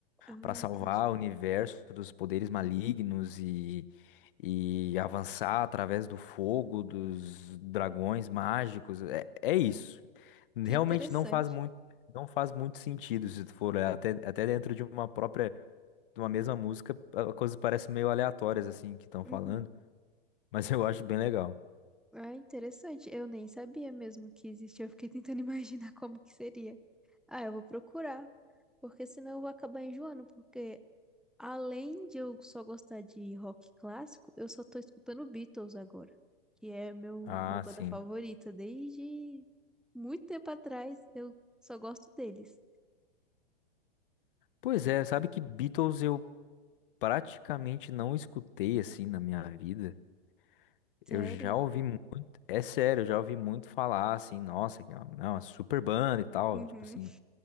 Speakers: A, in the centre; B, on the left (about 60°).
A: ah,
B: para salvar
A: entendi.
B: o universo dos poderes malignos e, e avançar através do fogo, dos dragões mágicos. É, é isso. Realmente
A: Que interessante.
B: não faz muito, não faz muito sentido se tu for olhar até, até dentro de uma própria, de uma mesma música, a- coisas parecem meio aleatórias assim que estão
A: Uhum.
B: falando, mas eu acho bem legal.
A: Ah, interessante. Eu nem sabia mesmo que existia. Eu fiquei tentando <laughs> imaginar como que seria. Ah, eu vou procurar. Porque senão eu vou acabar enjoando, porque Além de eu só gostar de rock clássico, eu só tô escutando Beatles agora, que é meu,
B: Ah,
A: minha banda
B: sim.
A: favorita desde muito tempo atrás. Eu só gosto deles.
B: Pois é, sabe que Beatles eu praticamente não escutei assim na minha vida.
A: Sério?
B: Eu já ouvi muito, é sério, eu já ouvi muito falar assim, nossa, que é uma, é uma super banda e tal,
A: Uhum.
B: tipo assim,